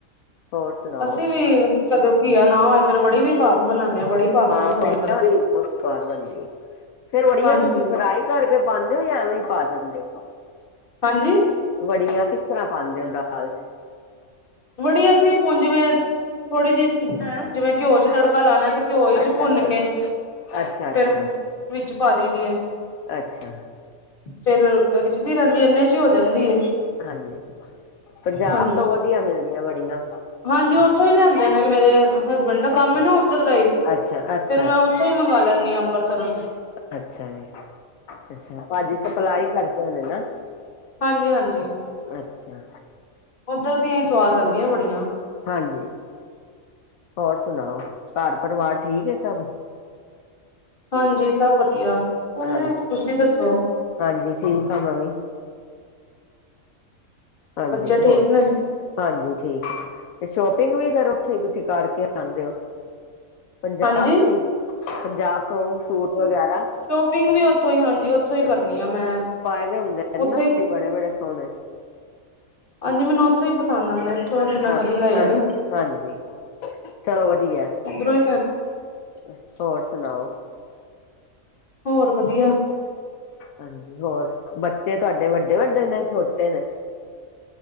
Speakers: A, on the left; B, on the left.
A: ਹੋਰ ਸੁਣਾਓ
B: ਅਸੀਂ ਵੀ ਕਦੋ ਘੀਆ ਨਾ ਹੋਇ ਫਿਰ ਵੜੀ ਵੀ ਪਾ ਕੇ ਬਣਾਣੇ ਹ ਵੜੀ ਪਾ ਕੇ
A: ਹਾ
B: ਵੀ ਸਵਾਦ
A: ਵੜੀਆਂ
B: ਲੱਗਦੀ
A: ਵਲੀ ਬਹੁਤ ਸਵਾਦ ਬਣਦੀ ਫੇਰ ਵੜੀਆ
B: ਹਾਂਜੀ
A: ਤੁਸੀਂ ਫਰਾਈ ਕਰਕੇ ਪਾਉਂਦੇ ਹੋ ਜਾਂ ਐਵੇਂ ਪਾ ਦਿੰਦੇ ਹੋ।
B: ਹਾਂਜੀ
A: ਵੜੀਆਂ ਕਿਸ ਤਰ੍ਹਾਂ ਪਾਉਦੇ ਹੋ ਦਾਲ 'ਚ
B: ਵੜੀ ਅਸੀਂ ਹੁਣ ਜਿਵੇਂ ਥੋੜੀ ਜਿਹੀ ਜਿਵੇਂ ਘਿਓ 'ਚ ਤੜਕਾ ਲਾਣਾ ਤੇ ਘਿਓ 'ਚ
A: ਅੱਛਾ
B: ਭੁੰਨ
A: ਅੱਛਾ
B: ਕੇ
A: ਅੱਛਾ ਅੱਛਾ
B: ਫਿਰ ਵਿੱਚ ਪਾ ਦੀ ਦੀਏ।
A: ਅੱਛਾ
B: ਫੇਰ ਰਿੱਝਦੀ ਰਹਿੰਦੀ ਏ ਇੰਨੇ 'ਚ ਹੀ ਹੋ ਜਾਂਦੀ ਏ।
A: ਹਾਂਜੀ ਪੰਜਾਬ
B: ਹਾਂਜੀ।
A: ਤੋਂ ਵਧੀਆ ਮਿਲਦੀਆਂ ਵੜੀਆ
B: ਹਾਂਜੀ ਉਥੋਂ ਹੀ ਲਿਆਂਦੇ ਨੇ ਮੇਰੇ ਹਸਬੈਂਡ ਦਾ ਕੰਮ
A: ਅੱਛਾ
B: ਹੈ ਨਾ ਉੱਧਰ ਦਾ ਹੀ
A: ਅੱਛਾ ਅੱਛਾ
B: ਫੇਰ ਮੈਂ
A: ਅੱਛਾ
B: ਉਥੋਂ ਹੀ ਮੰਗਾਂ ਲੈਂਨੀ ਆ ਅੰਬਰਸਰੋ ਈ।
A: ਅੱਛਾ ਜੀ ਅੱਛਾ ਭਾਜੀ ਸਪਲਾਈ ਕਰਦੇ ਹੌਨੇ ਨਾ।
B: ਹਾਂਜੀ- ਹਾਂਜੀ।
A: ਅੱਛਾ।
B: ਉੱਧਰ ਦੀਆਂ ਹੀ ਸੁਆਦ ਲੱਗਦੀਆ ਵੜੀਆਂ।
A: ਹਾਂਜੀ। ਹੋਰ ਸੁਣਾਓ ਘਰ ਪਰਿਵਾਰ ਠੀਕ ਹੈ ਸਭ?
B: ਹਾਂਜੀ। ਸਭ ਵਧੀਆ।
A: ਹਾਂ
B: ਤੁਸੀਂ ਦੱਸੋ?
A: ਹਾਂਜੀ। ਠੀਕ ਆ ਮ ਵੀ। ਹਾਂਜੀ।
B: ਬੱਚੇ ਠੀਕ
A: ਹੋਰ
B: ਨੇ
A: ਹਾਂਜੀ। ਠੀਕ ਹੈ, ਤੇ ਸ਼ੋਪਿੰਗ ਵੀ ਫੇਿਰ ਉੱਥੇ ਤੁਸੀਂ ਕਰਕੇ ਆਉਂਦੇ ਹੋ। ਪੰਜਾਬ
B: ਹਾਂਜੀ।
A: ਤੋਂ ਹੀ, ਪੰਜਾਬ ਤੋਂ ਸੂਟ ਵਗੈਰਾ
B: ਵੀੱਥੋਂ ਵੀ ਉਥੋ। ਹਾਂਜੀ। ਉੱਥੋਂ ਹੀ
A: ਅੱਛਾ।
B: ਕਰਨੀ ਆ ਮੈਂ
A: ਪਾਏ ਦੇ ਹੁੰਦੇ
B: ਉੱਥੋਂ
A: ਨਾ
B: ਹੀ
A: ਤੁਸੀਂ ਬੜੇ -ਬੜੇ ਸੋਹਣੇ।
B: ਹਾਂਜੀ ਮੈਨੂੰ ਉੱਥੋਂ ਹੀ ਪਸੰਦ ਆਂਦਾ। ਇਥੋਂ ਤੇ ਮੈਂ
A: ਹਾਂ
B: ਕਦੀ ਲੈਏ
A: ਹਾਂਜੀ
B: ਨੀ।
A: ਹਾਂਜੀ। ਚਲੋ ਵਧੀਆ।
B: ਉੱਧਰੋਂ ਹੀ ਮੈਂ
A: ਹੋਰ ਸੁਣਾਓ?
B: ਹੋਰ ਵਧੀਆ।
A: ਹਾਂਜੀ। ਹੋਰ ਬੱਚੇ ਤੁਹਾਡੇ ਵੱਡੇ -ਵੱਡੇ ਨੇ ਛੋਟੇ ਨੇ।